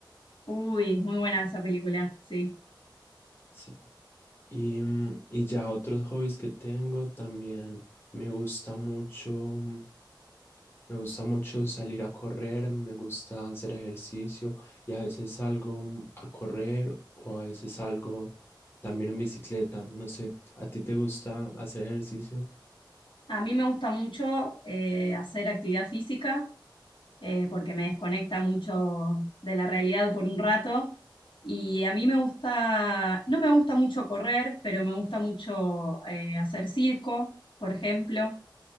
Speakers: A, on the left; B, on the left.
A: Uy, muy buena esa película, sí.
B: Sí. Y, mm, y ya otros hobbies que tengo también. Me gusta mucho, mm, me gusta mucho salir a correr, me gusta hacer ejercicio y a veces salgo mm, a correr o a veces salgo también en bicicleta. No sé, ¿a ti te gusta hacer ejercicio?
A: A mí me gusta mucho eh, hacer actividad física eh, porque me desconecta mucho de la realidad por un rato. Y a mí me gusta, no me gusta mucho correr, pero me gusta mucho eh, hacer circo, por ejemplo.